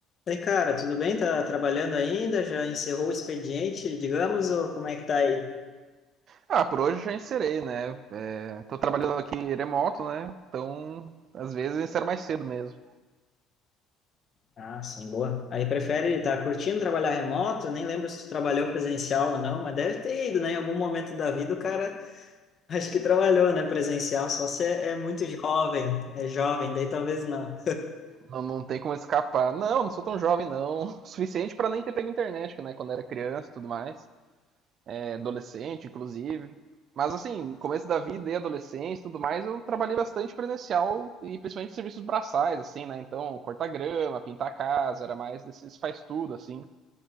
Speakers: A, on the left; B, on the right.
A: E cara, tudo bem? Tá trabalhando ainda? Já encerrou o expediente, digamos, ou como é que tá aí?
B: Ah, por hoje já encerei, né? É, tô trabalhando aqui remoto, né? Então, às vezes eu encero mais cedo mesmo.
A: Ah, sim, boa. Aí prefere, tá curtindo trabalhar remoto? Nem lembro se tu trabalhou presencial ou não, mas deve ter ido, né? Em algum momento da vida o cara <laughs> acho que trabalhou, né? Presencial, só se é, é muito jovem, é jovem, daí talvez não.
B: Não, não tem como escapar. Não, não sou tão jovem, não. <laughs> O suficiente pra nem ter pego internet, né? Quando era criança e tudo mais. É, adolescente, inclusive. Mas, assim, começo da vida e adolescência e tudo mais, eu trabalhei bastante presencial e principalmente serviços braçais, assim, né? Então, cortar grama, pintar a casa, era mais desses faz tudo, assim.